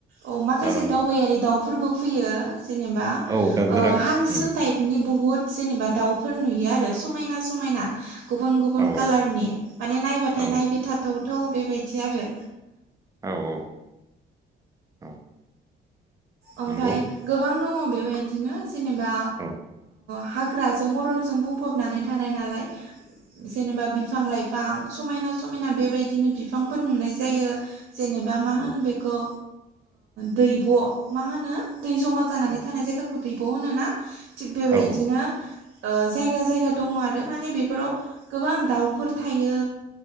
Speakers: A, on the right; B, on the right.
A: अ माखासे
B: ओ
A: दावबायारि दाउफोरबो फैयो। जेनेबा
B: औ दा गोरा
A: ओ हांसो
B: उम
A: टाइपनि बहुद जेनेबा दाउफोर नुयो आरो समायना समायना। गुबुन गुबुन
B: औ
A: कालारनि माने नायबाथाय
B: औ
A: नायबाय थाथावथाव बेबायदि आरो।
B: औ औ औ।
A: ओमफाय
B: नंगौ
A: गोबां दङ बेबायदिनो जेनेबा।
B: औ
A: हाग्राजों अरनजों बुंफबनानै थानाय नालाय जेनेबा बिफां लाइफां समायना। समायना समायना बेबायदिनो बिफांफोर नुनाय जायो। जेनेबा
B: औ
A: मा होनो बेखौ दैब' मा होनो? दै जमा जानानै
B: औ
A: थानाय जायगाखौ दैब'होनो ना थिग बेबायदिनो।
B: औ
A: जायगा जायगा दंङ आरो माने बेफोराव गोबां दाउफोर थायो